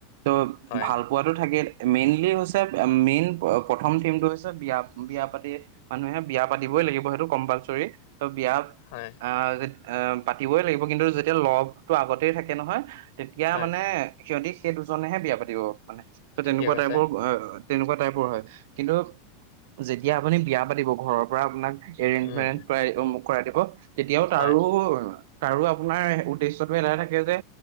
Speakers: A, on the right (about 60°); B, on the left (about 60°).
A: ত'
B: হয়,
A: ভাল পোৱাটো থাকে। মেইনলি হৈছে, মেইন প্ৰথম থিমটো হৈছে বিয়া বিয়া পাতি। মানুহে বিয়া পাতিবই লাগিব সেইটো কম্পালচৰি, ত বিয়া
B: হয়,
A: আহ য এ পাতিবই লাগিব। কিন্তু যেতিয়া লভ টো আগতেই থাকে নহয়। তেতিয়া
B: হয়,
A: মানে সিহঁতি, সেই দুজনেহে বিয়া পাতিব মানে, ত
B: ঠিকে
A: তেনেকুৱা
B: কৈছে।
A: টাইপৰ তেনেকুৱা টাইপৰ হয়। কিন্তু যেতিয়া আপুনি বিয়া পাতিব ঘৰৰ পৰা আপোনাক এৰেঞ্জ
B: উম,
A: মেৰেঞ্জ কৰাই অমুক কৰাই দিব। তেতিয়াও তাৰো,
B: হয়,
A: তাৰো আপোনাৰ উদ্দেশ্যতো এটাই থাকে যে,